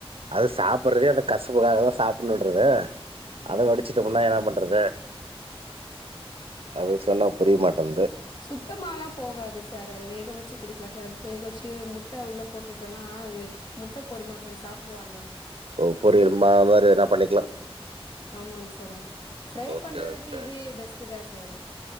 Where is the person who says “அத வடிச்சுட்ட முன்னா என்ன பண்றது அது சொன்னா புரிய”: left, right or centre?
Right